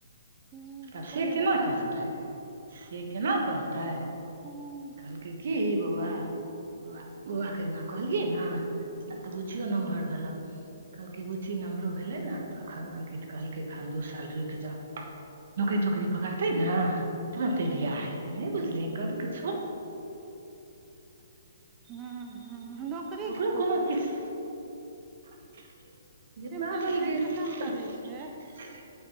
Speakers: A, on the right; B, on the right.
A: हूँ
B: तब
A: पहिले
B: से केना
A: बेटा
B: कहतै
A: के
B: <inaudible> से केना कहतै
A: हूँ
B: कहलैक की बौआ बौआ बौआके एक दिन कहलियै नऽ आब तऽ पुछिियो नमहर भेलहु कहलकै बुच्ची नम्हरो भेलै ने तऽ एखन अंकित कहलकै एखन दू साल रुकि जाउ नौकरी तोकरी पकड़तै नऽ तुरते
A: हूँ
B: भीह हेतय नहि बुझल कऽ
A: हूँ हूँ नौकरी
B: ओकरो
A: को
B: कोनो किछ <unintelligible>
A: सिम्पल ग्रेजुएशन करै छै